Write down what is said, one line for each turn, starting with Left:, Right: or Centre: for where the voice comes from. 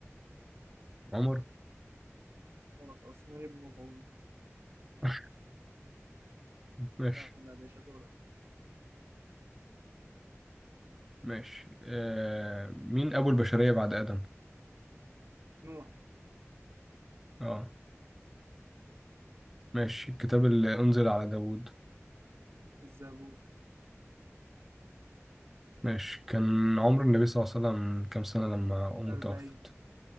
Centre: عمر
Right: غلط عثمان بن مظعون
Centre: <laughs> ماشي
Right: يلا يا باشا دورك
Centre: ماشي آه مين أبو البشرية بعد آدم؟
Right: نوح
Centre: اه ماشي الكتاب اللي أنزل على داوود
Right: الزبور
Centre: ماشي كان عمر النبي صلى الله عليه وسلم كام سنة لما أمه
Right: 40
Centre: توفت؟